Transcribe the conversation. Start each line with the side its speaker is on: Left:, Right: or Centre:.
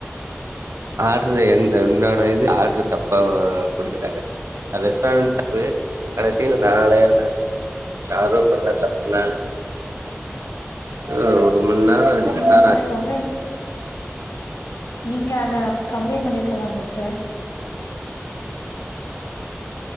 Right: ஆர்ட்ரு என் என்னோட இது ஆர்ட்ரு தப்பா ஆ குடுத்துட்டாங்க ரெஸ்டாரண்ட் தப்பு கடைசில நா அலையறதா யாரோ பண்ண தப்புனால ம்ஹ் நா <unintelligible>
Left: நீங்க அப்ப அத கம்ப்ளைண்ட் நீங்க அத அப்ப கம்ப்ளைண் பண்ணிருக்கலாம்ல சார்